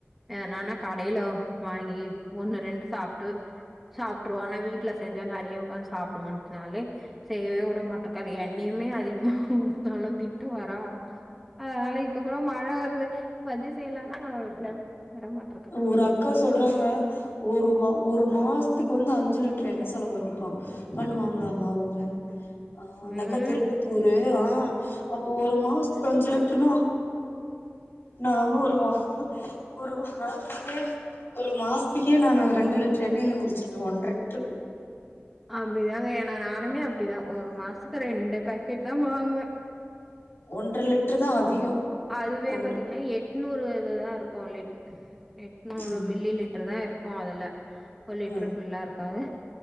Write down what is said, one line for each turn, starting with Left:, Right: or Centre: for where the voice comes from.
Centre: எதுனனா கடையிலோ வாங்கி ஒண்ணு ரெண்டு சாப்ட்டு சாப் ட்டுவோ ஆனா வீட்ல செஞ்சா நெறைய உட்காந்ட் சாப்ட்வோட்னாலே செய்யவே உட மாட்டக்காரு எண்ணயுமே அதிக என்னா ஊதுனாலு திட்டுவாரா அதனால இப்ப கூட மழ வருது வதி செய்லான்னா லவ் விட மாட்
Left: ஊராக் க்கா சொல்றாங்க ஒரு வா ஒரு மாஸ்த்துக்கு வந்து அஞ்சு லிட்டர் எண்ண செலவு ஆகுதுப்பா பண்ணுவாங்களாமா அவுங்க ஆ அந்த
Centre: ம்
Left: அக்கா தேர்க்குதூரு ஆ அப்போ ஒரு மாஸ்த்துக் அஞ்சு லிட்டுர்ன்னா நா ஒரு வா ஒரு வா காலத்துக்கே ஒரு மாசத்துக்கே நானு ஒரு ரெண்டு லிட்டுரு எண்ணையில முடிச்சிருவே ஒன்ற லிட்டரு
Centre: அப்டிதாங்க ஏன்னா நானுமே அப்டிதா ஒரு மாஸ்த்துக்கு ரெண்டு பேக்கெட் தா வாங்குவே
Left: ஒன்ற லிட்டுருதா அதிகோ
Centre: அதுவே
Left: ஒன்ற
Centre: பாத்தீங்கென்னா எட்நூறு இதுதா இருக்கு லிட் எட்நூறு
Left: ம்
Centre: மில்லி லிட்ருதா இருக்கு அதுல ஒரு லிட்டுரு
Left: ம்
Centre: ஃபுல்லா இருக்காது